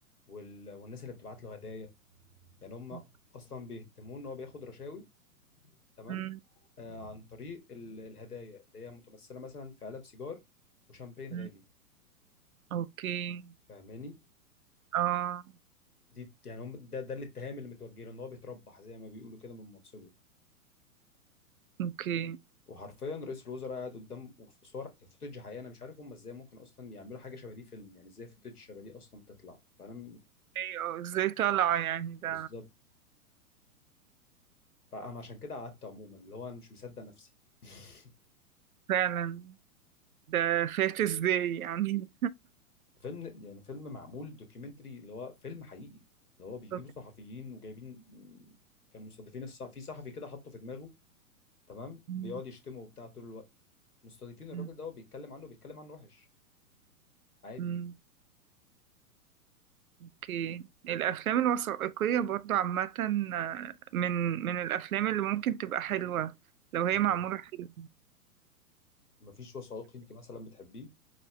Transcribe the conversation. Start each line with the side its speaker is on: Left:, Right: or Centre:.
Left: وال... والناس اللي بتبعت له هدايا يعني هم
Right: أوك-
Left: اصلا بيهتمون ان هو بياخد رشاوي تمام
Right: مم،
Left: آه عن طريق ال... الهدايا اللي هي متمثله مثلا في علب سيجار وشامبين
Right: مم.
Left: غالي
Right: اوكي
Left: فاهماني
Right: اه
Left: دي يعني هم ده ده الاتهام اللي متوجه له ان هو بيتربح زي ما بيقولوا كده من منصبه
Right: اوكي
Left: وحرفيا رئيس الوزراء قاعد قدام وفي صور فوتج حقيقي انا مش عارف هم ازاي ممكن اصلا يعملوا حاجه شبه دي فيلم يعني ازاي فوتج شبه دي اصلا تطلع فانا م-
Right: ايوه ازاي طالعة يعني ده
Left: بالظبط فانا عشان كده قعدت عموما اللي هو انا مش مصدق نفسي <laughs>
Right: فعلا ده فات ازاي يعني
Left: فيلم يعني فيلم معمول دوكيومنتري اللي هو فيلم حقيقي اللي هو بيجيبوا
Right: بالظبط.
Left: صحفيين وجايبين كانوا مستضيفين الصح... في صحفي كده حطه في دماغه تمام
Right: مم،
Left: بيقعد يشتمه وبتاع طول الوقت مستضيفين الراجل
Right: مم،
Left: ده وبيتكلم عنه بيتكلم عنه وحش عادي
Right: مم. اوكي الافلام الوثائقية برضو عامة آه، من من الافلام اللي ممكن تبقى حلوة لو هي
Left: ده حقيقي
Right: معمولة حلو
Left: مفيش وثائقي انت مثلا بتحبيه